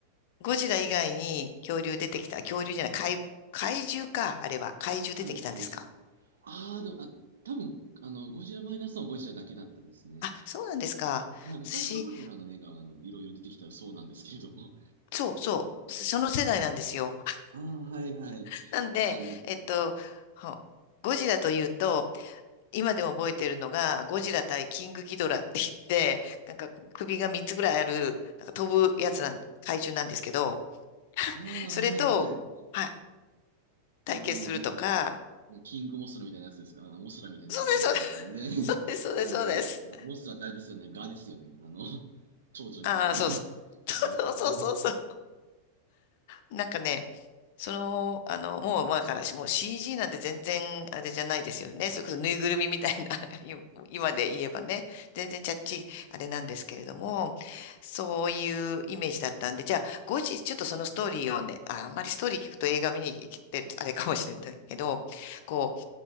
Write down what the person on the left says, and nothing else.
ゴジラ以外に恐竜出てきた、恐竜じゃない、怪、怪獣か、あれは。怪獣出てきたんですか
あ、そうなんですか。
私、
そうそう、そその世代なんですよ。
<laughs> なんで、
えっと、ほゴジラというと、今でも覚えてるのが、ゴジラ対キングギドラって言って、なんか首が3つぐらいある、なんか飛ぶやつなん、怪獣なんですけど、
それと、
はい、対決するとか、
そうです、
そうです、そうです、
そうです。そうです
ああ、そうそう。
<laughs>
そうそうそうそう。
なんかね、その、あの、もう前からし、もう CG なんて全然あれじゃないですよね。それこそぬいぐるみみたいな、<laughs> 今今で言えばね、全然ちゃっちいあれなんですけれども、そういうイメージだったんで、じゃあ、後日ちょっとそのストーリーをね、あ、あんまりストーリー聞くと映画見に行ってあれかもしれないけど、こう、